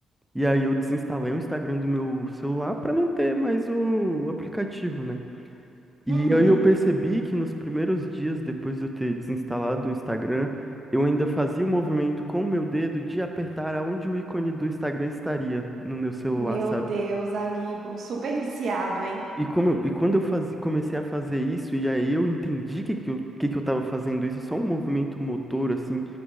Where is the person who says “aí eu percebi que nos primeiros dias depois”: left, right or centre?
Centre